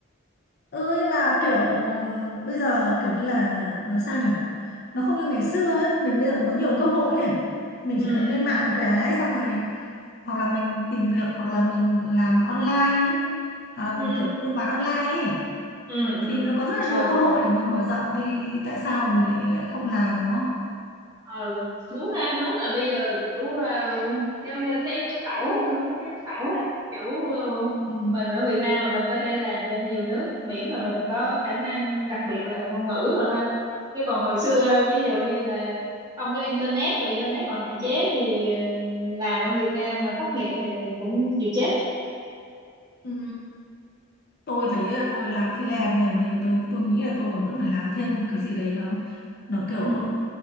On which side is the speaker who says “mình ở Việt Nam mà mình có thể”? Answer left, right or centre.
Right